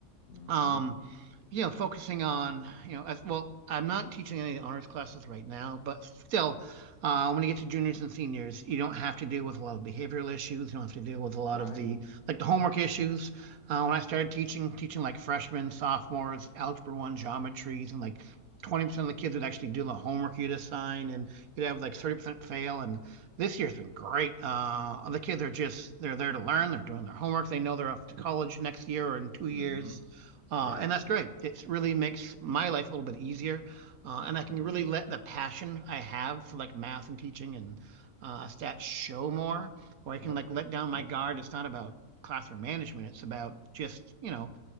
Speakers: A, on the left; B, on the right.
A: Mm-hmm.
B: Um, you know, focusing on, you know, as well, I'm not teaching any honors classes right now, but still, uh, when you get to juniors and seniors, you don't have to deal with a lot of behavioral issues. You don't have to deal with a lot
A: Right.
B: of the like the homework issues. Uh, when I started teaching, teaching like freshmen, sophomores, algebra one, geometries, and like 20% of the kids would actually do the homework you'd assign, and you'd have like 30% fail. And this year's been great. Uh, the kids are just they're there to learn. They're doing their homework. They know they're off to college next year or in two years.
A: Mm-hmm.
B: Uh,
A: Yeah.
B: and that's great. It really makes my life a little bit easier. Uh, and I can really let the passion I have for like math and teaching and uh, stats show more, or I can
A: Yep.
B: like let down
A: Yep.
B: my guard. It's not about classroom management. It's about just, you know,